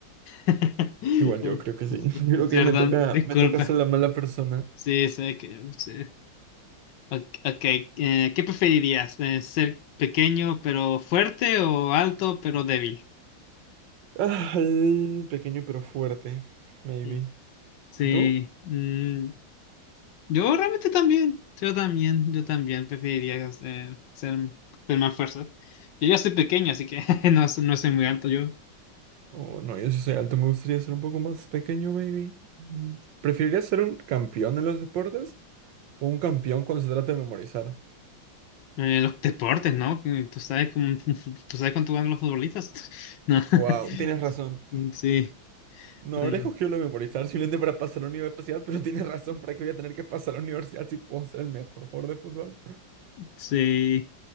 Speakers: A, on the left; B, on the right.
A: <laughs>
B: Igual yo creo que sí. <laughs>
A: Sí,
B: Creo que
A: perdón,
B: ahí me toca,
A: disculpa.
B: me toca ser la mala persona.
A: Sí, sé que... sí. Ok, ok, eh, ¿qué preferirías? Eh, ¿ser pequeño pero fuerte o alto pero débil?
B: Ah, el pequeño pero fuerte. Maybe.
A: Mm, Sí,
B: ¿Tú?
A: mm, Yo realmente también, yo también, yo también preferiría eh, ser, ser más fuerza. Yo ya soy pequeño, así que <laughs> no, soy- no soy muy alto yo.
B: Oh, no, yo sí soy alto. Me gustaría ser un poco más pequeño, baby. Mm. ¿Preferirías ser un campeón en los deportes o un campeón cuando se trata de memorizar?
A: Eh, los deportes, ¿no? Que Tú sabes cómo, <laughs> tú sabes cuánto ganan los futbolistas. <laughs> No. <laughs>
B: Wow, tienes razón.
A: Sí.
B: No,
A: mm.
B: habré escogido lo de memorizar simplemente para pasar a la universidad, pero tienes razón, ¿para qué voy a tener que pasar a la universidad si puedo ser el mejor jugador de fútbol?
A: Sí.